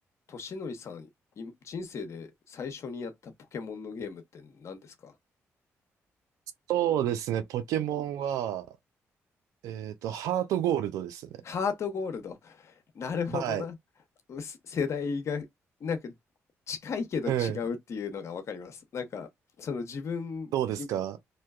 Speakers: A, on the left; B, on the right.
A: としのりさん、い人生で最初にやったポケモンのゲームって何ですか
B: そうですね、ポケモンは、えっと、ハートゴールドですね。
A: ハートゴールド。なるほどな。
B: はい。
A: うす世代がなんか近いけど違うっていうのがわかります。
B: うん。
A: なんかその自分い
B: どうですか